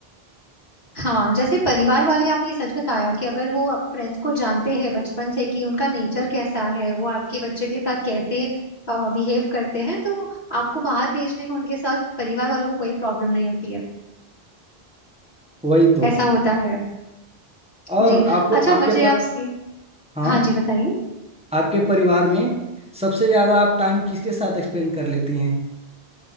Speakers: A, on the left; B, in the centre.
A: हाँ जैसे परिवार वाले आपने ये सच बताया कि अगर वो फ्रेंड्स को जानते हैं बचपन से कि उनका नेचर कैसा है वो आपके बच्चे के साथ कैसे बिहेव करते हैं तो आपको बाहर भेजने में उनके साथ परिवार वालों को कोई प्रॉब्लम नहीं होती है
B: वही तो
A: ऐसा होता है
B: और
A: जी
B: आपको
A: अच्छा
B: आपके
A: मुझे
B: पर
A: आपसे
B: हाँ
A: हाँ जी बताइए
B: आपके परिवार में सबसे ज्यादा आप टाइम किसके साथ स्पेंड कर लेती हैं